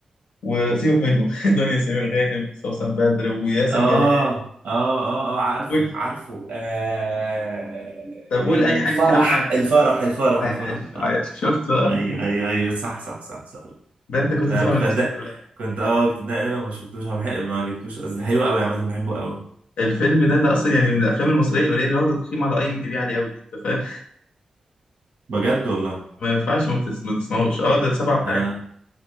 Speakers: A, on the left; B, on the right.
A: وسيبك منه <laughs> دنيا سمير غانم سوسن بدر وياسر
B: اه
A: جلال
B: اه اه اه عارفه
A: قول
B: عارفه آه
A: طب قول
B: الفرح
A: اي حاجة كده وانا
B: الفرح الفرح
A: عايش
B: الفرح الفرح
A: عايش شفت بقى
B: ايوه ايوه ايوه صح صح صح صح
A: ده انت كنت
B: انا
A: زعل
B: كنت
A: من نفسك
B: أدق-
A: ولا لا
B: كنت اه كنت اتضايق أوي لو ما شفتوش أنا بحب- ما جبتوش قصدي حلو قوي عامة بحبه قوي
A: الفيلم ده ده اصلا يعني من الافلام المصريه القليله اللي واخده تقييم على اي ام دي بي عالي قوي انت فاهم
B: بجد
A: <laughs>
B: والله
A: ما ينفعش ما تس- ما تسمعوش اه ده سبعة وحاجه
B: لا لا